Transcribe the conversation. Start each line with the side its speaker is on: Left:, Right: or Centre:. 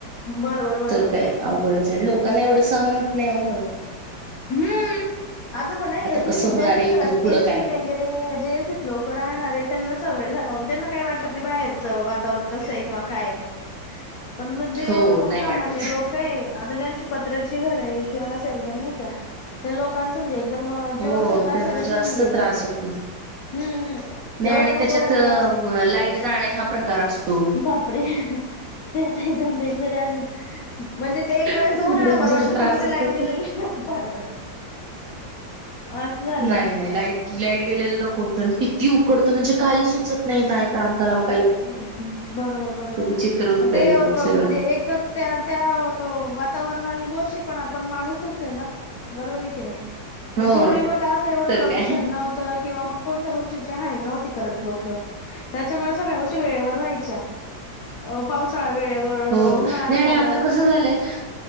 Left: बरोबर बरोबर
Right: तर काय अवघडच आणि लोकांना एवढं सहन होत नाही हो.
Left: हम्म आता बघ नाही
Right: कसं
Left: ठीके
Right: होणार
Left: ज्यांच्या
Right: आहे इथून
Left: घरात
Right: पुढं
Left: एसी
Right: काय माहित.
Left: वैगेरे जे एसित लोक रहाणारे त्यांना सवय. त्यांना काही वाटतात नाही बाहेरचं वातावरण कसं आहे किंवा काय. पण मग जे
Right: हो नाही
Left: सामान्य
Right: वाटत.
Left: लोक आहे आता ज्यांची पत्राची घर आहे किंवा असं एकदम नाही. त्या लोकांचं म्हणजे एकदम
Right: हो
Left: जीव असा कासावीस
Right: त्यांना जास्त
Left: होऊन गेला.
Right: त्रास होतो.
Left: हम्म हम्म
Right: नाही
Left: एवढं
Right: आणि
Left: एवढ
Right: त्याच्यात
Left: पोरांना
Right: लाईट जाणे हा प्रकार असतो.
Left: बापरे ते आता एकदम डेंजर आहे अजून म्हणजे ते एक उन्हाळा
Right: खूप डेंजर
Left: परवडतो
Right: त्रास
Left: पण मध्ये
Right: होतो
Left: लाईट
Right: खूप.
Left: गेलेली नाही परवडत.
Right: <unintelligible>
Left: असं झालंय
Right: नाही नाही लाईट लाईट गेलेलं नकोत किती उकडत म्हणजे काही सुचत. नाही काय काम कराव.
Left: बरोबर बरोबर
Right: विचित्र होतं
Left: ते
Right: एकदम सगळं
Left: म्हणजे एक त्या त्या वातावरण. दोषी पण आपण माणूसच आहे ना बरोबर आहे की नाही.
Right: हो
Left: पूर्वी बघ असं एवढं
Right: तर
Left: प्रदूषण
Right: काय
Left: नव्हतं किंवा मग कोणत्या गोष्टी. न्हवती करत लोक त्यामुळे. वेळेवर व्हायच्या, पावसाळा वेळेवर.
Right: हो
Left: उन्हाळा
Right: नाही
Left: वेळेवर
Right: आणि आता कसं झालंय.